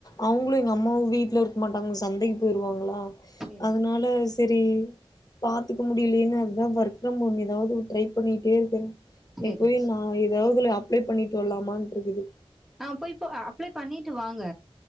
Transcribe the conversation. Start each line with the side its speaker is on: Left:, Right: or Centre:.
Left: அவுங்களு எங்க அம்மாவு வீட்ல இருக்க மாட்டாங்க ச ந்தைக்கு போயிருவாங்களா
Centre: சேரி
Left: அதனால செரி பாத்துக்க முடியலேன்னு அதுதா ஒர்க் ஃப்ரம் ஹோ ஏதாவுது ட்ரை பண்ணிட்டே இருக்கேங்க இன்னக்கி
Centre: சேரி
Left: போய் நா ஏதாவுதுல அப்ளே பண்ணீட்டு வரலாமான்ட்டு இருக்குது
Centre: ஆ போய் போ அப்ளே பண்ணீட்டு வாங்க